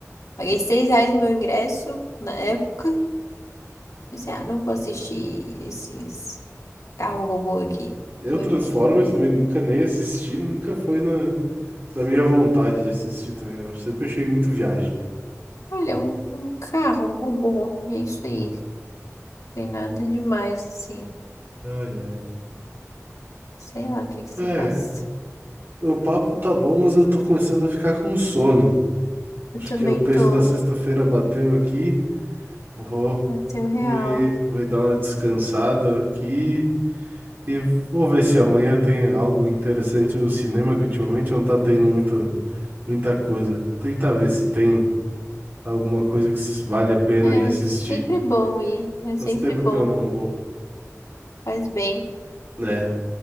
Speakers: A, on the left; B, on the right.
A: Paguei 6 reais no meu ingresso na época. Pensei, ah, não vou assistir esses Carro robô aqui.
B: Eu
A: Vou
B: Transformers
A: embora.
B: também nunca nem assisti, nunca foi na, na minha vontade de assistir também. Eu sempre achei muito viagem.
A: Olha, um, um carro robô. E é isso aí. Tem nada demais, assim.
B: Ai, ai.
A: Sei lá o que que se
B: É,
A: passa.
B: o papo tá bom, mas eu tô começando a ficar com sono.
A: Eu
B: Acho
A: também
B: que é o peso
A: tô.
B: da sexta-feira bateu aqui. Vou,
A: Até real.
B: vou ir, vou ir dar uma descansada aqui E vou ver se amanhã tem algo interessante no cinema, que ultimamente não tá tendo muita muita coisa. Tentar ver se tem alguma coisa que s- vale a pena
A: É
B: ir assistir.
A: sempre bom ir. É
B: Faz
A: sempre
B: tempo
A: bom.
B: que eu não vou,
A: Faz bem.
B: né?